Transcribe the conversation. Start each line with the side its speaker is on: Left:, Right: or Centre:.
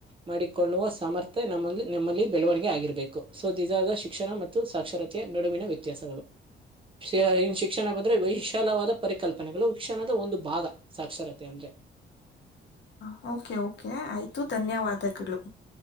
Right: ಮಾಡಿಕೊಳ್ಳುವ ಸಾಮರ್ಥ್ಯ ನಮ್ಮಲ್ಲಿ ನಮ್ಮಲ್ಲಿ ಬೆಳವಣಿಗೆ ಆಗಿರಬೇಕು ಸೊ ಇದಾದ ಶಿಕ್ಷಣ ಮತ್ತು ಸಾಕ್ಷರತೆಯ ನಡುವಿನ ವ್ಯತ್ಯಾಸಗಳು ಶ್ರ ಶಿಕ್ಷಣ ಬಂದ್ರೆ ವಿಶಾಲವಾದ ಪರಿಕಲ್ಪನೆಗಳು ಶಿಕ್ಷಣದ ಒಂದು ಭಾಗ ಸಾಕ್ಷರತೆ ಅಂದ್ರೆ
Left: ಹ ಕೆ ಓಕೆ ಆಯ್ತು ಧನ್ಯವಾದ ಪದಕ್ಕಳು